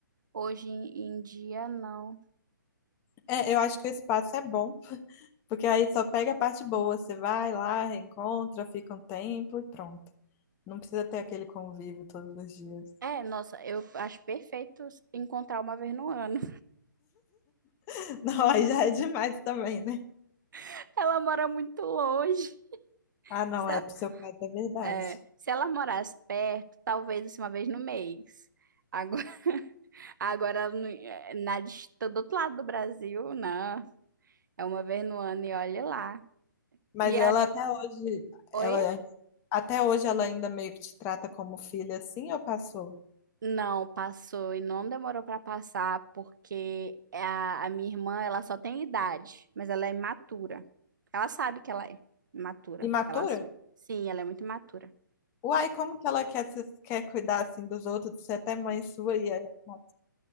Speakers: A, on the right (about 65°); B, on the left (about 20°).
A: Hoje em em dia, não.
B: É, eu acho que o espaço é bom, porque aí só pega a parte boa, você vai lá, reencontra, fica um tempo e pronto. Não precisa ter aquele convívio todos os dias.
A: É, nossa, eu acho perfeito encontrar uma vez no ano.
B: <laughs> Não, aí já é demais também, né?
A: <laughs> Ela mora muito longe.
B: Ah, não,
A: Se
B: é
A: ela,
B: psicopata, é verdade.
A: é, se ela morasse perto, talvez assim, uma vez no mês. Agora, <laughs> agora ela não- é, na, dist- do outro lado do Brasil, não. É uma vez no ano e olha lá.
B: Mas
A: E
B: ela
A: a,
B: até hoje,
A: oi?
B: ela até hoje ela ainda meio que te trata como filha assim, ou passou?
A: Não, passou e não demorou para passar, porque a, a minha irmã, ela só tem idade, mas ela é imatura. Ela sabe que ela é imatura,
B: Imatura?
A: ela assume. Sim, ela é muito imatura.
B: Uai, como que ela quer, se- quer cuidar assim dos outros, ser até mãe sua e aí... ela mata?